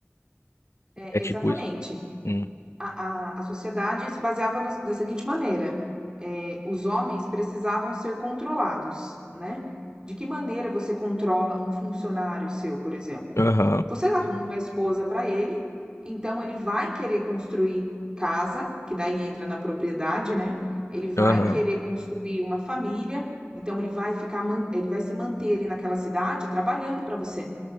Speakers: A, on the right (about 20°); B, on the left (about 80°).
A: É, é,
B: É tipo
A: exatamente.
B: isso. Hum.
A: A, a, a sociedade se baseava nas- da seguinte maneira: é, os homens precisavam ser controlados, né? De que maneira você controla um funcionário seu, por exemplo?
B: Aham,
A: Você arruma uma esposa para ele, então ele vai querer construir casa, que daí entra na propriedade, né? Ele vai
B: aham.
A: querer construir uma família, então ele vai ficar, man- ele vai se manter ali naquela cidade trabalhando para você.